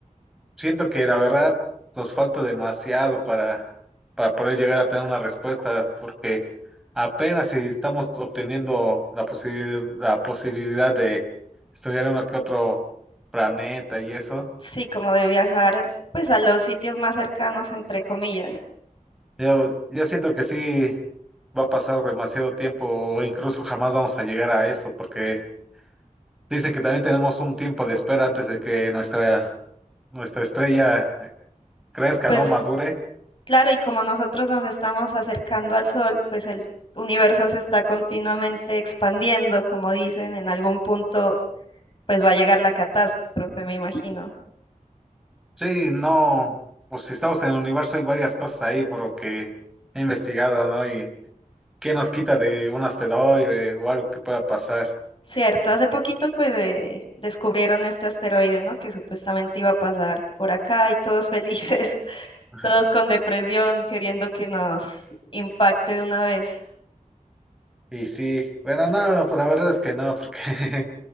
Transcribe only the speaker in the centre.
Siento que la verdad nos falta demasiado para, para poder llegar a tener una respuesta, porque apenas si estamos obteniendo la posibil- la posibilidad de estudiar uno que otro planeta y eso.
Yo, yo siento que sí va a pasar demasiado tiempo, o incluso jamás vamos a llegar a eso, porque dicen que también tenemos un tiempo de espera antes de que nuestra, nuestra estrella crezca,
¿no? Madure.
Sí, no, pues si estamos en el universo hay varias cosas ahí por lo que he investigado, ¿no? Y qué nos quita de un asteroide o algo que pueda pasar.
Ajá.
Y sí, bueno, no, pues la verdad es que no, porque